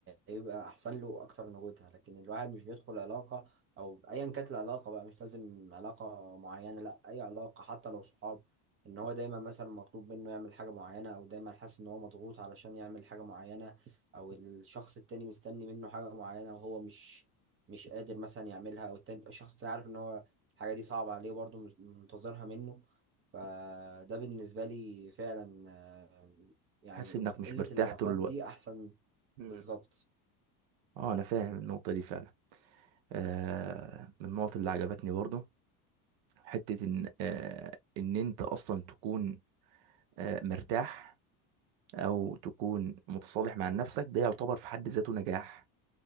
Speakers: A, on the right; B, on the right.
A: هيبقى احسن له اكتر من وجودها لكن الواحد مش بيدخل علاقة او ايا كانت العلاقة بقى مش لازم علاقة معينة لا اي علاقة حتى لو صحاب ان هو دايما مثلا مطلوب منه يعمل حاجة معينة او دايما حاسس ان هو مضغوط علشان يعمل حاجة معينة او الشخص التاني مستني منه حاجة معينة وهو مش مش قادر مثلا يعملها او التاني الشخص التاني عارف ان هو الحاجة دي صعبة عليه برضه منتظرها منه فده بالنسبة لي فعلا آه، يعني
B: تحس انك مش
A: قلة
B: مرتاح
A: العلاقات
B: طول الوقت
A: دي أحسن
B: مم.
A: بالظبط
B: اه انا فاهم النقطه دي فعلا آه من النقط اللي عجبتني برضه حتة إن آه، إن أنت أصلا تكون آه، مرتاح أو تكون متصالح مع نفسك ده يعتبر في حد ذاته نجاح